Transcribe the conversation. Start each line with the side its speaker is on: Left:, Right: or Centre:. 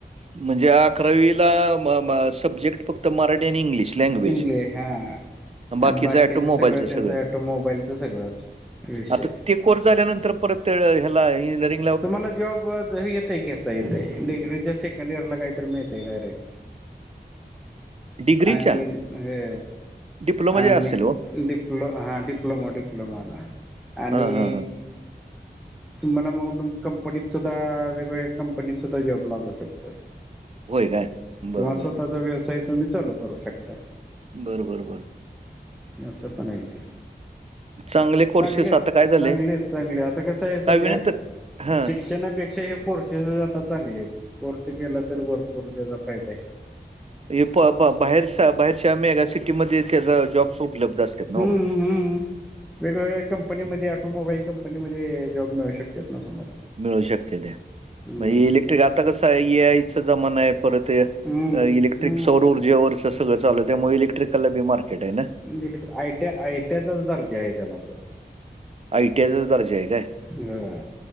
Right: म्हणजे अकरावीला सब्जेक्ट फक्त मराठी आणि इंग्लिश लँग्वेज.
Centre: इंग्लीश हा
Right: बाकीचं
Centre: बाकी
Right: ऑटोमोबाईलचं
Centre: सगळ
Right: सगळं.
Centre: त्यांच त मोबाईलचा सगळच विषय
Right: आता ते कोर्स झाल्यानंतर परत ते ह्याला इंजिनिअरि,
Centre: तुम्हाला जॉब येते घेता येतेय डिग्रीच्या सेकंड इयरला काहीरी मिळतय डायरेक्ट
Right: डिग्रीच्या?
Centre: आणि हे
Right: डिप्लोमाच्या
Centre: आणि
Right: असेल हो.
Centre: डिप्लो हा डिप्लोमा डिप्लोमाला आणि
Right: हां, हां, हां.
Centre: तुम्हाला मगून कंपनीत सुद्धा वेगवेगळ्या कंपनीत सुद्धा जॉब लागू शकतोय.
Right: होय काय? बरोबर.
Centre: किवा स्वतःचा व्यवसाय तुम्ही चालू करू शकता.
Right: बरं बरं बर.
Centre: या असपण हे ते
Right: चांगले कोर्सेस
Centre: चांगलेच
Right: आता काय झाले
Centre: चांगलेच चांगले आता कसं आहे सध्या
Right: नंतर हां.
Centre: शिक्षणापेक्षा हे. कोर्सेस आता चांगले आहेत कोर्स केला तर भरपूर त्याचा फायदा आहे.
Right: हे प प बाहेर बाहेरच्या मेगासिटीमध्ये त्याचा जॉब्स उपलब्ध असतात नबा
Centre: हम्म हम्म वेगवेगळ्या कंपनीमध्ये ऑटोमोबाईल कंपनीमध्ये जॉब मिळू शकतात ना तुम्हाला
Right: मिळू शकत्याता
Centre: हम्म
Right: म इलेक्ट्रिक आता कसं आहे एआय चा जमाना आहे परत
Centre: हम्म
Right: इलेक्ट्रिक
Centre: हम्म
Right: सवरर जे वर्चंसगळं चालू आहे त्यामुळे इक्ट्रिकलला बी मार्केट आहे ना
Centre: बिलल आयट आयट्याचाच दर्जा आहे त्याना तो
Right: आय टी आयचा तर दर्जा आहे काय?
Centre: हा